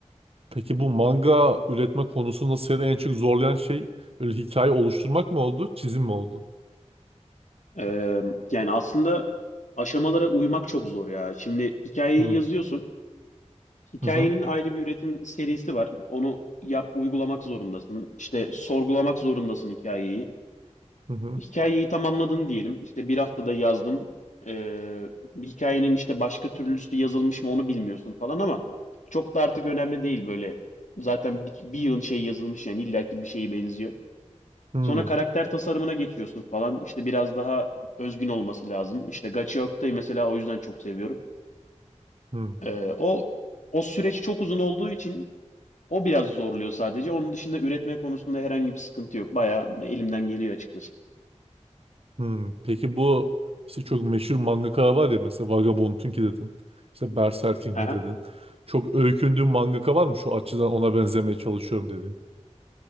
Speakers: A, on the right; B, on the left.
A: Peki bu manga üretme konusunda seni en çok zorlayan şey böyle hikaye oluşturmak mı oldu, çizim mi oldu?
B: Ee, yani aslında aşamalara uymak çok zor ya. Şimdi hikayeyi
A: Hmm,
B: yazıyorsun. Hikayenin
A: Hı hı.
B: ayrı bir üretim serisi var. Onu yap, uygulamak zorundasın. İşte sorgulamak zorundasın hikayeyi.
A: Hı hı.
B: Hikayeyi tamamladın diyelim. İşte bir haftada yazdın. Ee, hikayenin işte başka türlüsü yazılmış mı onu bilmiyorsun falan ama çok da artık önemli değil böyle. Zaten bir, bir yığın şey yazılmış yani illaki bir şeye benziyor.
A: Hmm,
B: Sonra karakter tasarımına geçiyorsun falan. İşte biraz daha özgün olması lazım. İşte Gachi Oku'yu mesela o yüzden çok seviyorum.
A: hı.
B: Ee, o o süreç çok uzun olduğu için o biraz zorluyor sadece. Onun dışında üretme konusunda herhangi bir sıkıntı yok. Bayağı elimden geliyor açıkçası.
A: Hmm, peki bu işte çok meşhur mangaka var ya mesela Vagabond'unki dedin. İşte Berserk'inki
B: Aha.
A: dedin. Çok öykündüğün mangaka var mı şu açıdan ona benzemeye çalışıyorum dediğin?